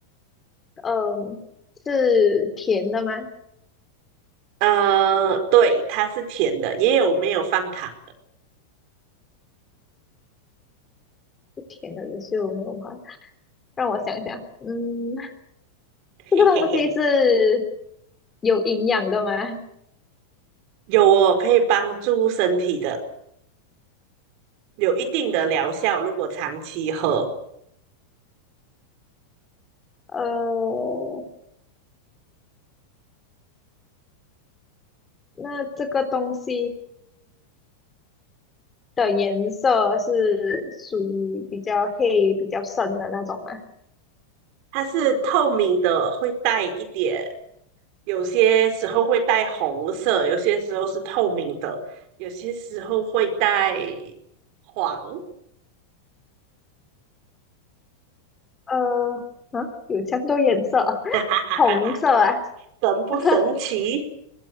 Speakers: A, on the left; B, on the right.
A: 嗯、是甜的吗？
B: 呃，对，它是甜的，也有没有放糖，
A: 是甜的，也是有没有吗？让我想想，嗯，这个东西是
B: 嘿嘿嘿，
A: 有营养的吗？
B: 有哦，可以帮助身体的，有一定的疗效，如果长期喝，
A: 呃，那这个东西的颜色是属于比较黑、比较深的那种吗？
B: 它是透明的，会带一点有些时候会带红色，有些时候是透明的，有些时候会带黄，
A: 呃，啊，有这么多颜色啊 <laughs>
B: <laughs> 哈哈哈，
A: 红色啊。
B: 神不神奇？
A: <laughs>